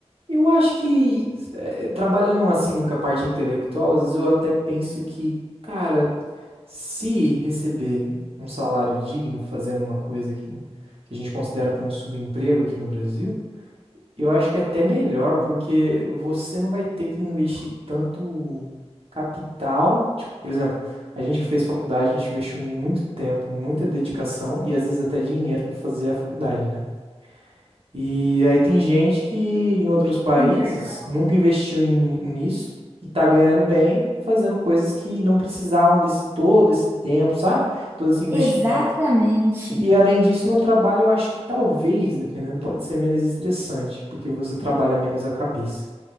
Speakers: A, on the right; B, on the right.
A: Eu acho que eh, trabalhando assim com a parte intelectual, às vezes eu até penso que, cara, se receber um salário digno fazendo uma coisa que, que a gente considera como subemprego aqui no Brasil Eu acho que é até melhor, porque você não vai ter que investir tanto capital. Tipo, por exemplo, a gente que fez faculdade, a gente investiu muito tempo, muita dedicação e às vezes até dinheiro para fazer a faculdade, né? E aí tem gente que em outros países
B: Sim, verdade.
A: nunca investiu em- nisso e tá ganhando bem fazendo coisas que não precisavam desse todo esse tempo, sabe? Todo esse investimento.
B: Exatamente.
A: E além disso, no trabalho, eu acho que talvez, dependendo, pode ser menos estressante, porque você trabalha menos a cabeça,